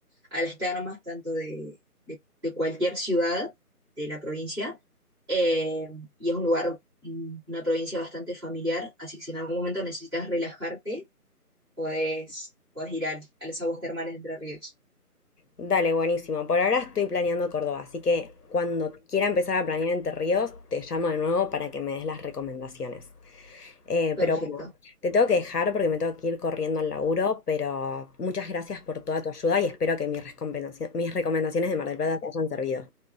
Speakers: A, in the centre; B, on the left (about 75°).
A: a las termas, tanto de, de- de cualquier ciudad de la provincia, eh, y es un lugar, mm, una provincia bastante familiar, así que si en algún momento necesitas relajarte, podés, podés ir al- a, las aguas termales de Entre Ríos.
B: dale, buenísimo. Por ahora estoy planeando Córdoba, así que cuando quiera empezar a planear Entre Ríos, te llamo de nuevo para que me des las recomendaciones. Eh,
A: Perfecto.
B: pero bueno, te tengo que dejar porque me tengo que ir corriendo al laburo, pero muchas gracias por toda tu ayuda y espero que mis recomendaci- mis recomendaciones de Mar del Plata te hayan servido.